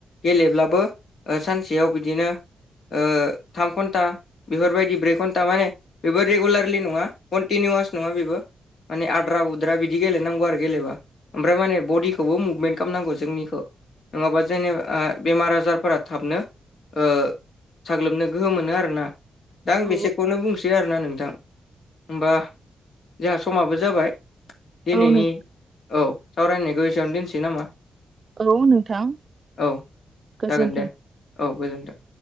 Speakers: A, on the left; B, on the right.
A: गेलेब्लाबो ओ सानसेयाव बिदिनो ओ थाम घन्टा बेफोरबायदि ब्रै घन्टा माने बेबो रेगुलारलि नङा कन्टिनिवास नङा बेबो माने आद्रा उद्रा बिदि गेलेनांगौ आरो गेलेबा ओमफ्राय माने बडिखौबो मुभमेन्ट खामनांगौ जोंनिखौ नङाबा जेनेबा ओ बेमार-आजारफोरा थाबनो ओ साग्लोबनो गोहो मोनो आरोना दा आं
B: औ
A: बेसेखौनो बुंसै आरोना नोंथां होमबा जोंहा समाबो जाबाय दिनैनि
B: औ नों
A: औ सावरायनायखौ एसेयावनो दोनसै नामा
B: औ नोंथां
A: औ
B: गोजोन्थों।
A: जागोन दे औ गोजोनथों।